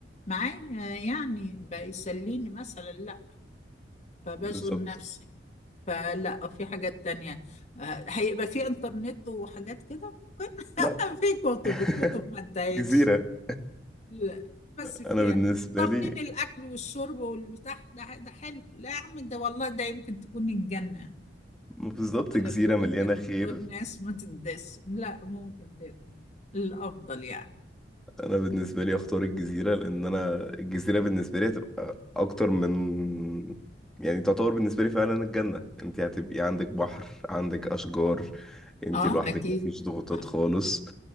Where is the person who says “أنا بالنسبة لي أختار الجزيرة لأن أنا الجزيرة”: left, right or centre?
Centre